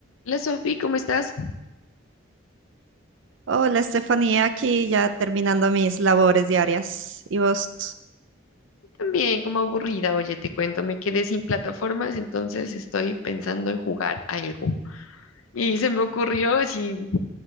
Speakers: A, on the left; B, on the right.
A: Hola Sofi, ¿cómo estás?
B: Hola, Estefanía, aquí ya terminando mis labores diarias. ¿Y vos?
A: También como aburrida, oye, te cuento, me quedé sin plataformas, entonces estoy pensando en jugar algo. Y se me ocurrió así